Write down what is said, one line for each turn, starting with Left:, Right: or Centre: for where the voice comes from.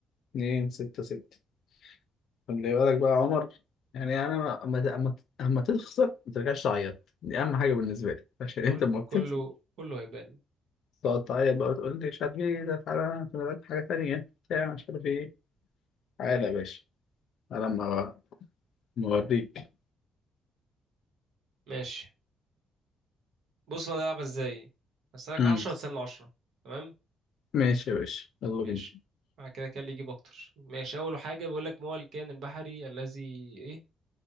Left: اتنين ستة ستة خلي بالك بقى يا عمر يعني أنا ما- أما أما أما تخسر ما ترجعش تعيط دي أهم حاجة بالنسبة لي عشان
Right: كل
Left: أنت أما بتخسر
Right: كله كله هيبان
Left: تقعد تعيط بقى وتقول لي مش عارف إيه ده تعالى أنا وراك حاجة تانية بتاع مش عارف إيه تعالى يا باشا تعالى أما أما أوريك
Right: ماشي بص انا هلعبها ازاي هستناك
Left: أمم.
Right: 10 وتستنى 10 تمام
Left: ماشي يا باشا يلا
Right: ماشي
Left: بينا
Right: معنى كده كان اللي يجيب اكتر ماشي اول حاجه بيقول لك ما هو الكائن البحري الذي ايه